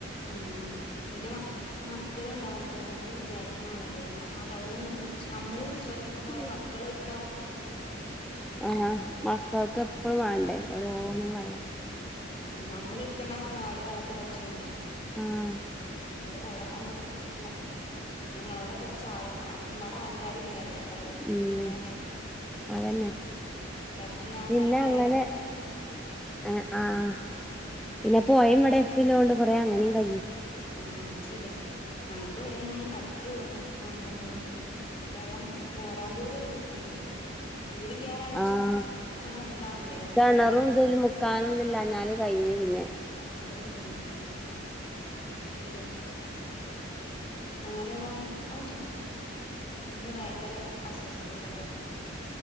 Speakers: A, on the left (about 30°); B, in the centre.
A: ആഹ് പിന്നെ മക്ക മക്കള് ഉണ്ടാവുമ്പോളേ നമ്മള് വിചാരിക്കണ മായിരി ല്ല ആ വെള്ള <unintelligible> നമ്മള്
B: ഞാന്
A: ശ്രദ്ധിക്കും പോലെ മക്കള് ഉണ്ടാവുമ്പോളേ
B: ആഹ് മക്കൊക്കെ എപ്പളും വേണ്ടേ ഓരോന്ന് വള്ള
A: അന്നെ നഞമ്മള് എടുക്കേണ്ട എന്ന് പറഞ്ഞാലും വളളത്തി കളിച്ചുകൊണ്ടിരി
B: ആഹ്
A: വെള്ളക്കല്ല സൂക്ഷിയ്ക്ക നിങ്ങളോടെ കുറച്ച ആൾ കുറച്ചുപാട ആൾക്കാരി വെള്ളം
B: ഉം
A: കുടുങ്ങിയാലേ
B: അതന്നെ
A: കരണ്ടില്ല എന്നാലും
B: പിന്നെ
A: വെള്ളം
B: അങ്ങനെ
A: അടിക്കാൻ കയില്ല
B: ഏഹ് ആഹ് പിന്നെ പോയ <unintelligible> <unintelligible> ല്ലോണ്ട് കുറെേ അങ്ങനേും കയ്യും
A: ആഹ് ശരിയാ ഞങ്ങക്ക് ഇവിടൊന്നും അടുത്ത് <unintelligible> പിന്നെ വെള്ളം കോരാൻ പോലൊരു വീടില്ല വീടില്ല്യാറാൻ കൊറച്
B: ആഹ്
A: കൊറച്ചങ്ട് ഇതാവണ്ടേ അപ്പൊ
B: കിണറും
A: ഇറങ്ങണ്ടേ
B: ഇതിലും മുക്കാനും ഇതില്ലാഞ്ഞാല് കഴിഞ്ഞ് പിന്നെ
A: ഭയങ്കര ബുദ്ധിമുട്ടാ ശരിയ ആരാണ് <unintelligible> ഇന്ന് ഭയങ്കര അസ്വസ് ഥതകളാ